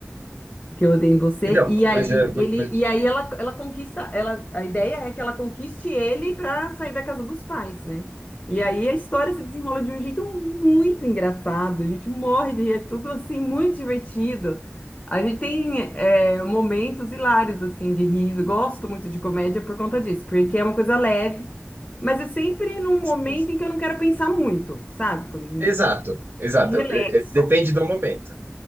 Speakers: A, on the left (about 35°); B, on the right (about 55°).
A: que eu odeio em você.
B: Então,
A: E aí
B: mas, é,
A: ele,
B: mas-
A: e aí ela, ela conquista, ela, a ideia é que ela conquiste ele para sair da casa dos pais, né? E aí a história se desenrola de um jeito muito engraçado. A gente morre de rir, é tudo assim muito divertido. A gente tem é, momentos hilários assim de riso. Gosto muito de comédia por conta disso, porque é uma coisa leve, mas é sempre num momento
B: sim.
A: em que eu não quero pensar muito, sabe? Quando-
B: Exato, exato.
A: Relaxo.
B: É, é, Depende do momento.